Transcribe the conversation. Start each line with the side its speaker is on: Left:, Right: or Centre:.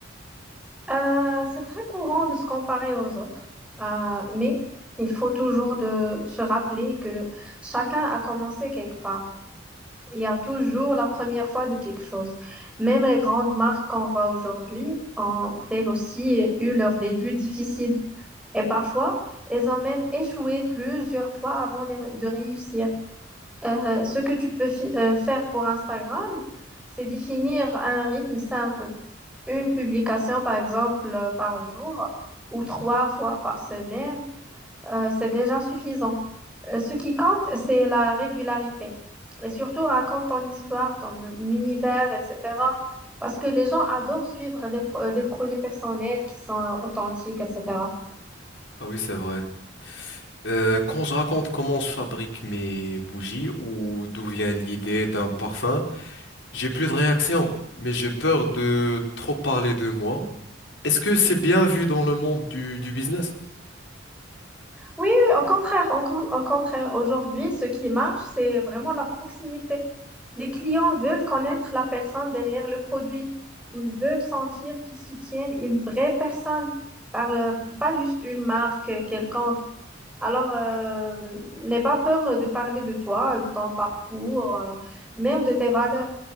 Centre: Euh, c'est très courant de se comparer aux autres, euh, mais il faut toujours de se rappeler que chacun a commencé quelque part. Il y a toujours la première fois de quelque chose. Même les grandes marques qu'on voit aujourd'hui ont elles aussi eu leur début difficile. Et parfois, elles ont même échoué plusieurs fois avant de, de réussir. Euh, ce que tu peux fi- euh, faire pour Instagram, c'est définir un rythme simple. Une publication, par exemple, euh, par jour ou trois fois par semaine euh, c'est déjà suffisant. Euh, ce qui compte, c'est la régularité. Et surtout, raconte ton histoire, ton un- univers, etc. Parce que les gens adorent suivre les pro- euh, des projets personnels qui sont euh, authentiques, etc.
Left: Ah oui, c'est vrai. Euh, quand je raconte comment je fabrique mes bougies ou d'où vient l'idée d'un parfum, j'ai plus de réaction, mais j'ai peur de trop parler de moi. Est-ce que c'est bien vu dans le monde du, du business?
Centre: Oui, oui, au contraire, au con- au contraire, aujourd'hui, ce qui marche, c'est vraiment la proximité. Les clients veulent connaître la personne derrière le produit. Ils veulent sentir qu'ils soutiennent une vraie personne, par, euh, pas juste une marque euh, quelconque. Alors, euh, n'aie pas peur de parler de toi, de ton parcours, euh, même de tes valeurs,